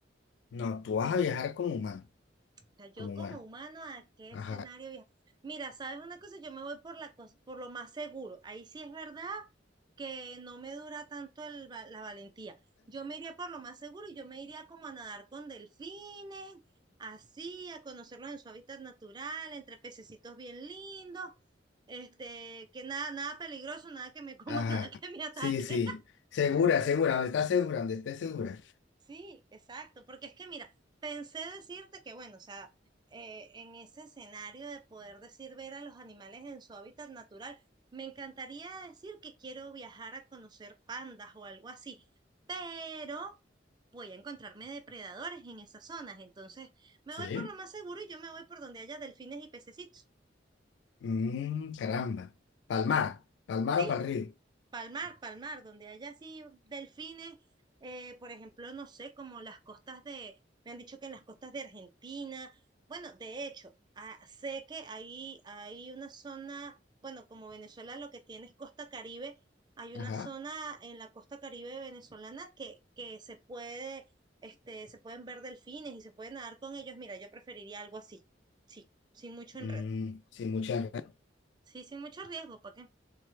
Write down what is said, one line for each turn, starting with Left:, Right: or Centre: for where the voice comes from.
Left: No, tú vas a viajar como humano,
Right: O sea, yo
Left: como
Right: como
Left: humano.
Right: humano, ¿a qué
Left: Ajá,
Right: escenario viajo? Mira, ¿sabes una cosa? Yo me voy por la cos- por lo más seguro. Ahí sí es verdad que no me dura tanto el va- la valentía. Yo me iría por lo más seguro y yo me iría como a nadar con delfines, así, a conocerlos en su hábitat natural, entre pececitos bien lindos, este, que nada, nada peligroso, nada que me coma,
Left: ajá.
Right: <laughs> nada que me ataque.
Left: Sí, sí. Segura, segura, donde estás segura, donde estés segura.
Right: Sí, exacto, porque es que mira, pensé decirte que bueno, o sea, eh, en ese escenario de poder decir ver a los animales en su hábitat natural, me encantaría decir que quiero viajar a conocer pandas o algo así, pero voy a encontrarme depredadores en esas zonas, entonces me
Left: Sí.
Right: voy por lo más seguro y yo me voy por donde haya delfines y pececitos.
Left: Mm, caramba. Palmar, Palmar
Right: Sí,
Left: o Pal río.
Right: Palmar, Palmar, donde haya así delfines, eh, por ejemplo, no sé, como las costas de, me han dicho que en las costas de Argentina, bueno, de hecho, ah, sé que ahí hay una zona, bueno, como Venezuela lo que tiene es costa Caribe, hay
Left: Ajá.
Right: una zona en la costa Caribe venezolana que, que se puede, este, se pueden ver delfines y se puede nadar con ellos. Mira, yo preferiría algo así, sí, sin mucho
Left: Mm,
Right: enredo,
Left: sin mucha enredo.
Right: sí, sin mucho riesgo, ¿para qué?